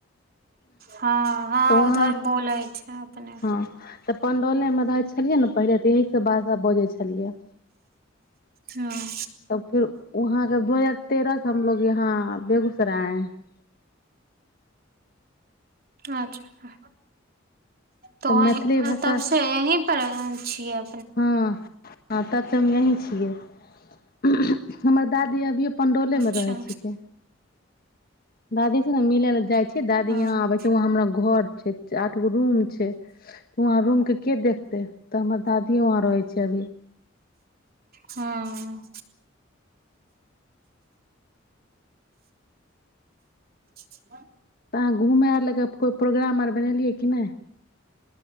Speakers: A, on the right; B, on the left.
A: हँ हँ
B: त वहाँ
A: उधर बोलै छै अपने
B: हँ पंडौल मे रहै छलियै ने पहिले तऽ यएह सब भष बजै छलियै। <inaudible>
A: हँ
B: तब फिर वहाँके दू हजार तेरह से हमलोग यहाँ बेगूसराय आए है <inaudible>
A: अच्छा त
B: तऽ
A: अह
B: मैथिली भाषा
A: तब से यही। कर छिय।
B: हँ तब त हम यहीं छी। <unintelligible> हमर दादी अभियो। पण्डौलेमे
A: अच्छा
B: रहै छिकै दादी सु ने मिल ल जाइ छी। दादी
A: हँ
B: यहाँ आबे छै वहाँ हमरा घर। <unintelligible> एगो रूम छै वहाँ रूम के। के देखते तऽ। त दिय वहाँ रहै छै अभी।
A: हँ। ह
B: तऽ अहाँ घूमय आर लए कऽ कोइ प्रोग्राम आर बनेलियै कि नहि।